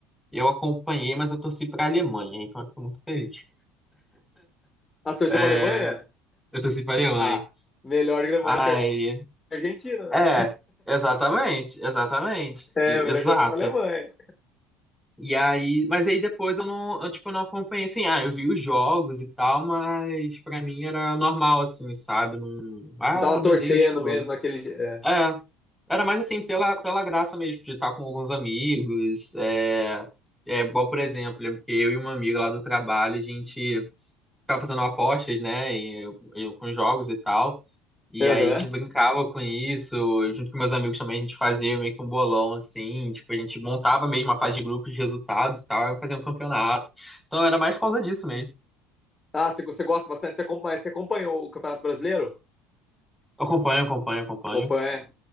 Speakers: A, in the centre; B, on the left.
A: eu acompanhei, mas eu torci pra Alemanha, então eu fico muito feliz.
B: Ah, você torceu
A: É,
B: pra Alemanha?
A: eu torci pra Alemanha.
B: Ah, melhor Alemanha
A: Ai.
B: do que a Argentina, né?
A: É, exatamente, exatamente,
B: É,
A: e-
B: melhor
A: exato.
B: torcer pra Alemanha.
A: E aí, mas aí depois eu não, eu, tipo, não acompanhei, assim, ah, eu vi os jogos e tal, mas pra mim era normal, assim, sabe? Não, ah,
B: Não tava
A: meu
B: torcendo
A: Deus, tipo,
B: mesmo aquele. dia-
A: é, era mais assim, pela, pela graça mesmo, de estar com alguns amigos, é, é igual, por exemplo, lembro que eu e uma amiga lá do trabalho, a gente ficava fazendo apostas, né, e, e com jogos e tal. E
B: É.
A: aí
B: Aham.
A: a gente brincava com isso, junto com meus amigos também a gente fazia meio que um bolão assim, tipo, a gente montava mesmo a fase de grupos de resultados e tal, e fazia um campeonato. Então era mais por causa disso mesmo.
B: Ah, você, você gosta bastante? Você acompanha, você acompanhou o Campeonato Brasileiro?
A: Eu acompanho, acompanho, acompanho.
B: Acompanha.